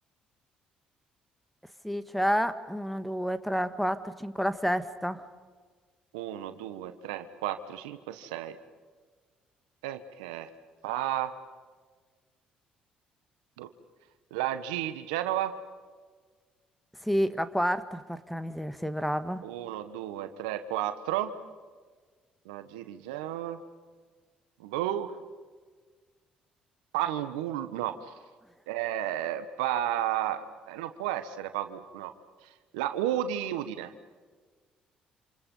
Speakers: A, in the centre; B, on the right.
A: Sì, c'è 1, 2, 3, 4, 5, la sesta.
B: 1, 2, 3, 4, 5, 6. E che fa? Boh. La G di Genova.
A: Sì, la quarta, porca la miseria, sei brava.
B: 1, 2, 3, 4. La G di Genova. Boh. Pangul. No. Eh, pa... eh, Non può essere Pagu. No. La U di Udine.